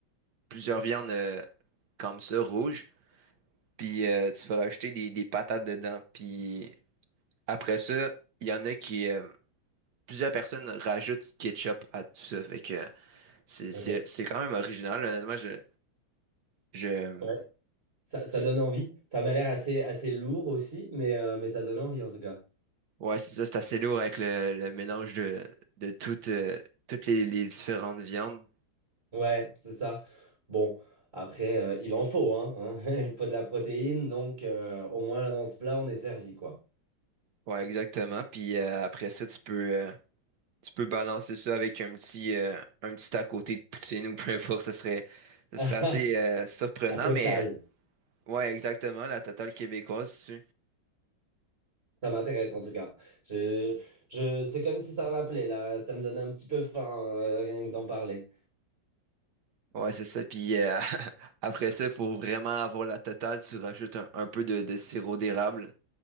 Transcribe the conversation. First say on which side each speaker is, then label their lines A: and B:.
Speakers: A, on the right; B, on the right.
A: plusieurs viandes euh, comme ça, rouges. Puis euh, tu vas rajouter des, des patates dedans. Puis après ça, il y en a qui euh, plusieurs personnes rajoutent du ketchup à tout ça. Fait que c'est,
B: Ok.
A: c'est, c'est quand même original. Honnêtement, je, je,
B: Ouais. Ça, ça
A: c'est-
B: donne envie. Ça m'a l'air assez, assez lourd aussi, mais, euh, mais ça donne envie en tout cas.
A: ouais, c'est ça, c'est assez lourd avec le, le mélange de, de toutes, euh, toutes les, les différentes viandes.
B: Ouais, c'est ça. Bon, après, euh, il en faut, hein, hein. <laughs> Il faut de la protéine, donc euh, au moins là dans ce plat, on est servi, quoi.
A: Ouais, exactement. Puis euh, après ça, tu peux, euh, tu peux balancer ça avec un petit, euh, un petit à côté de poutine ou peu importe. Ça serait, ça
B: <laughs>
A: serait assez euh, surprenant,
B: La totale.
A: mais ouais, exactement, la totale québécoise.
B: Ça m'intéresse en tout cas. Je, je, c'est comme si ça m'appelait là. Ça me donne un petit peu faim, euh, rien que d'en parler.
A: Ouais, c'est ça. Puis euh, <laughs> après ça, il faut vraiment avoir la totale. Tu rajoutes un, un peu de, de sirop d'érable.